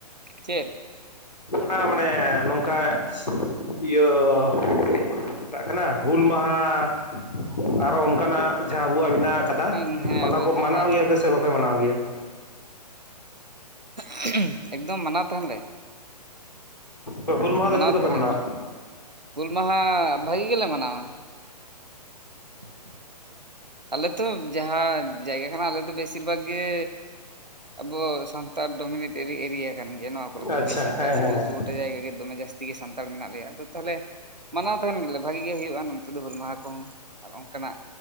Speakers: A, on the right (about 85°); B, on the left (about 85°).
A: ᱪᱮᱫ
B: ᱠᱟᱱᱟ ᱾ <unintelligible> ᱢᱟᱱᱮ ᱱᱚᱝᱠᱟ ᱤᱭᱟᱹ ᱢᱮᱛᱟᱜ ᱠᱟᱱᱟ ᱦᱩᱞ ᱢᱟᱦᱟ ᱾ ᱟᱨᱚ ᱚᱱᱠᱟᱱᱟᱜ ᱡᱟᱦᱟᱸ ᱟᱵᱚᱣᱟᱜ ᱢᱮᱱᱟᱜ ᱟᱠᱟᱫᱟ
A: ᱦᱮᱸ
B: ᱚᱱᱟ
A: ᱟᱵᱚ
B: ᱠᱚ
A: ᱡᱟᱦᱟᱸ
B: ᱢᱟᱱᱟᱣ ᱜᱮᱭᱟᱯᱮ ᱥᱮ ᱵᱟᱯᱮ ᱢᱟᱱᱟᱣ ᱜᱮᱭᱟ?
A: <unintelligible> ᱮᱠᱫᱚᱢ ᱢᱟᱱᱟᱣ ᱛᱟᱦᱮᱱ ᱞᱮ
B: ᱦᱩᱞ ᱢᱟᱦᱟ
A: ᱢᱟᱱᱟᱣ
B: ᱫᱚ ᱪᱮᱫ ᱞᱮᱠᱟ
A: ᱛᱟᱦᱮᱱᱞᱮ,
B: ᱯᱮ ᱢᱟᱱᱟᱣᱟ
A: ᱦᱩᱞ ᱢᱟᱦᱟ ᱵᱷᱟᱹᱜᱤ ᱜᱮᱞᱮ ᱢᱟᱱᱟᱣᱟ ᱾ <inaudible> ᱟᱞ ᱛᱚ ᱡᱟᱦᱟᱸ ᱡᱟᱭᱜᱟ ᱠᱟᱱᱟ ᱟᱞᱮ ᱫᱚ ᱵᱮᱥᱤᱨ ᱵᱷᱟᱜᱽ ᱜᱮ ᱟᱵᱚ ᱥᱟᱱᱛᱟᱲ ᱰᱚᱢᱤᱱᱮᱴ ᱮᱨᱤᱭᱟ ᱠᱟᱱ ᱜᱮᱭᱟ ᱱᱚᱣᱟ ᱠᱚᱨᱮ ᱫᱚ
B: ᱟᱪᱪᱷᱟ
A: ᱵᱮᱥᱤᱨ
B: ᱦᱮᱸ
A: ᱵᱷᱟᱜᱽ
B: ᱦᱮᱸ
A: ᱜᱮ
B: ᱦᱮᱸ
A: ᱴᱟ ᱡᱟᱭᱜᱟ ᱜᱮ ᱫᱚᱢᱮ ᱡᱟᱹᱥᱛᱤ ᱜᱮ ᱥᱟᱱᱛᱟᱲ ᱢᱮᱱᱟᱜ ᱞᱮᱭᱟ ᱟᱫᱚ ᱛᱚᱦᱞᱮ ᱢᱟᱱᱟᱣ ᱛᱟᱦᱮᱱ ᱜᱮᱞᱮ ᱵᱷᱟᱜᱤ ᱜᱮ ᱦᱩᱭᱩᱜ-ᱟ ᱱᱚᱛᱮ ᱫᱚ ᱦᱩᱞ ᱢᱟᱦᱟ ᱠᱚᱦᱚᱸ ᱟᱨ ᱚᱱᱠᱟᱱᱟᱜ